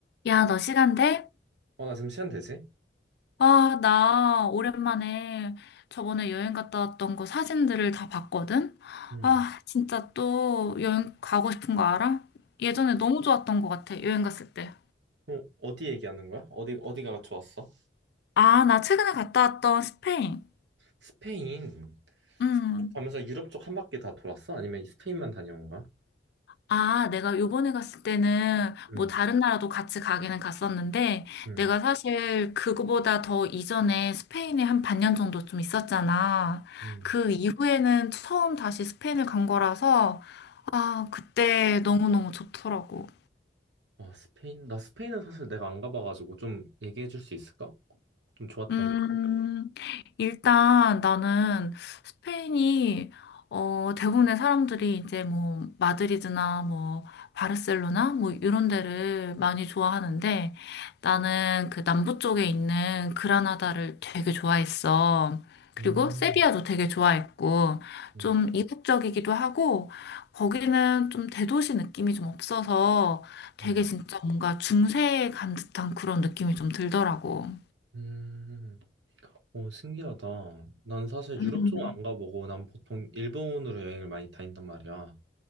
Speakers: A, on the left (about 65°); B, on the right (about 75°).
A: 야, 너 시간 돼?
B: 어, 나 지금 시간 되지?
A: 아, 나 오랜만에 저번에 여행 갔다 왔던 거 사진들을 다 봤거든?
B: 음.
A: 아, 진짜 또 여행 가고 싶은 거 알아? 예전에 너무 좋았던 것 같아, 여행 갔을 때.
B: 어, 어디 얘기하는 거야? 어디, 어디가 좋았어?
A: 아, 나 최근에 갔다 왔던 스페인.
B: 스페인
A: 음.
B: 가면서 유럽 쪽 한 바퀴 다 돌았어? 아니면 스페인만 다녀온 거야?
A: 아, 내가 요번에 갔을 때는
B: 음,
A: 뭐 다른 나라도 같이 가기는 갔었는데
B: 음,
A: 내가 사실 그거보다 더 이전에 스페인에 한 반년 정도 좀 있었잖아.
B: 음.
A: 그 이후에는 처음 다시 스페인을 간 거라서 아, 그때 너무너무 좋더라고.
B: 아, 스페인? 나 스페인은 사실 내가 안 가봐가지고 좀 얘기해 줄 수 있을까? 좀 좋았던
A: 음,
B: 거.
A: 일단 나는 스페인이, 어, 대부분의 사람들이 이제 뭐, 마드리드나 뭐, 바르셀로나 뭐, 이런 데를 많이 좋아하는데 나는 그 남부 쪽에 있는 그라나다를 되게 좋아했어. 그리고
B: 음,
A: 세비야도 되게 좋아했고,
B: 음,
A: 좀 이국적이기도 하고, 거기는 좀 대도시 느낌이 좀 없어서 되게
B: 음,
A: 진짜 뭔가 중세에 간 듯한 그런 느낌이 좀 들더라고.
B: 음. 오, 신기하다. 난 사실
A: 음.
B: 유럽 쪽은 안 가보고 난 보통 일본으로 여행을 많이 다닌단 말이야.